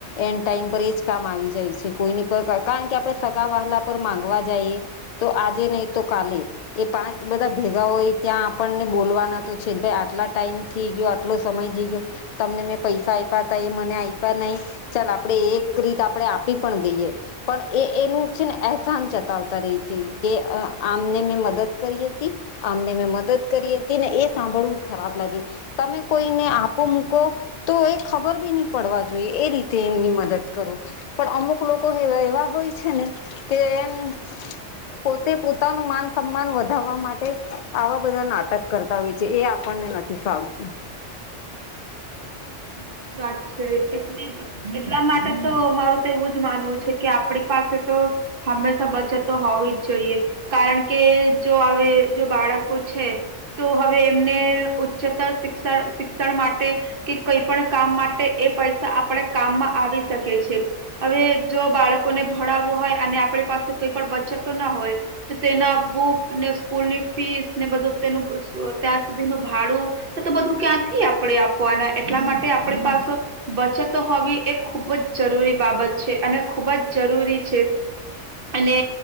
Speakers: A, on the left; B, on the right.
A: એન્ડ ટાઈમ પર એ જ કામ આવી જાય છે કોઈની પર કારણ કે આપડ સગા વાહલા પર માંગવા જઈ તો આજે નહી તો કાલે એ પાંચ બધા ભેગાઓ એ ત્યાં આપણને બોલવાના તો છે ભાઈ આટલા ટાઈમ થઈ ગયો આટલો સમય થઈ ગયો તમને મેં પૈસા આપ્યા તા એ મને આપ્યા નહી ચાલ આપણે એક રીત આપી પણ દઈએ પણ એ એનું છે ને એહેસાન ચતાવતા રહી છે કે આમને મેં મદદ કરી હતી આમને મેં મદદ કરી હતી ને એ સાંભળવું ખરાબ લાગે તમે કોઈને આપો મૂકો તો એ ખબર બી નહી પડવા જોઈએ એ રીતે એમની મદદ કરો પણ અમુક લોકો હાવ એવા હોય છે ને કે એમ પોતે પોતાનું માન સમાન વધારવા માટે આવા બધા નાટક કરતા હોય છે એ આપણને નથી ફાવતું
B: સાચી વાત છે એટ એટલા માટે તો મારું તો એવું જ માનવું છે કે આપણી પાસે તો હંમેશા બચત હોવી જ જોઈએ કારણ કે જો હવે જો બાળકો છે તો હવે એમને ઉચ્ચતર શિક્ષણ શિક્ષણ માટે કે કઈ પણ કામ માટે એ પૈસા આપણે કામમાં આવી શકે છે હવે જો બાળકોને ભણાવવું હોય અને આપણી પાસે કોઈ પણ બચત તો ના હોય તો તેના બુક ને સ્કૂલની ફીસ ને બધું તેનું ત્યાં સુધીનું ભાડું તો તો બધું ક્યાંથી આપણે આપવાના એટલા માટે આપણે પાસ બચતો હોવી એ ખૂબ જ જરૂરી બાબત છે અને ખૂબ જ જરૂરી છે અને